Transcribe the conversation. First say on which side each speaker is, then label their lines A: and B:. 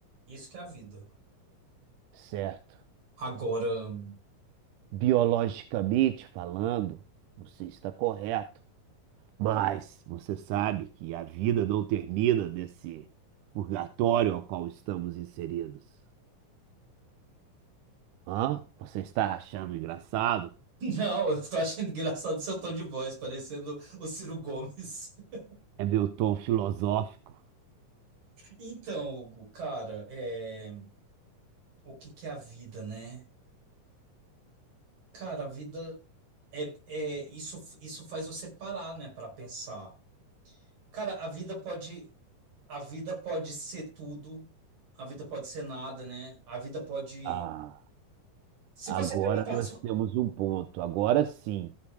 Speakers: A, on the right; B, on the right.
A: Isso que é a vida.
B: certo?
A: Agora, <laughs>
B: biologicamente falando, não sei se está correto, mas você sabe que a vida não termina nesse purgatório ao qual estamos inseridos. Hã? Você está achando engraçado?
A: não, eu tô achando engraçado seu tom de voz, parecendo o Ciro Gomes. <laughs>
B: É meu tom filosófico.
A: Então, Hugo, cara, é... o que que é a vida, né? Cara, a vida. É, é, isso, isso faz você parar, né, para pensar. Cara, a vida pode, a vida pode ser tudo, a vida pode ser nada, né? A vida pode.
B: Ah,
A: Se
B: agora
A: você perguntar,
B: nós
A: se-
B: temos um ponto. Agora sim,